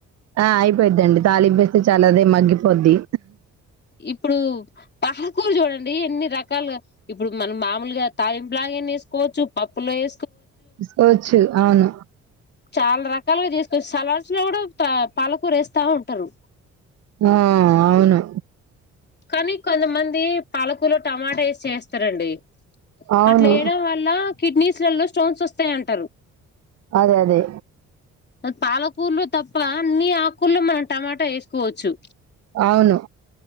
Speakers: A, on the right; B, on the left.
A: ఆ అయిపోయిదిండి తాళింపేస్తే చాలాదే మగ్గిపోద్ది
B: ఇప్పుడు పాలకూలు చూడండి ఎన్ని రకాలుగా ఇప్పుడు మనం మామూలుగా తాలింపు లాగాన్ని వేసుకోవచ్చు పప్పులో వే
A: తీసుకోవచ్చు అవును
B: చాలా రకాలుగా తీసుకోవచ్చు సలాడ్స్ లో కూడా తా పలుకూరేస్తా ఉంటారు
A: ఆ అవును.
B: కానీ కొంతమంది పాలకుర్లో టమాటా వేసి చేస్తారండి
A: అవును
B: అట్లా వేయడం వల్ల కిడ్నీస్లలో స్టోన్స్ వస్తాయ అంటారు
A: అదే అదే.
B: పాలకూర్లో తప్ప అన్ని ఆకూల్లో మనం టమాటా వేసుకోవచ్చు
A: అవును